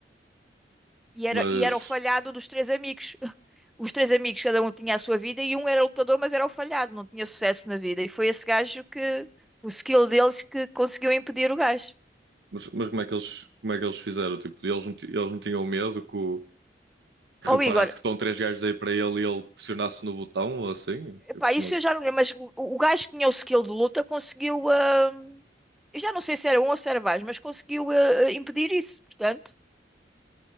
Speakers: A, in the centre; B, on the right.
A: E era,
B: Mas
A: e era o falhado dos três amigos. <laughs> Os três amigos, cada um tinha a sua vida e um era lutador, mas era o falhado, não tinha sucesso na vida. E foi esse gajo que, o skill deles, que conseguiu impedir o gajo.
B: Mas, mas como é que eles, como é que eles fizeram? Tipo, eles não, ti- eles não tinham medo que, o- que
A: Ó
B: reparasse
A: Igor,
B: que estão três gajos aí para ele e ele pressionasse no botão ou assim? Tipo,
A: pá, isso
B: como é que-
A: eu já não lembro, mas o, o gajo que tinha o skill de luta conseguiu. ah, eu já não sei se era um ou se era vários, mas conseguiu ah, ah, impedir isso, portanto,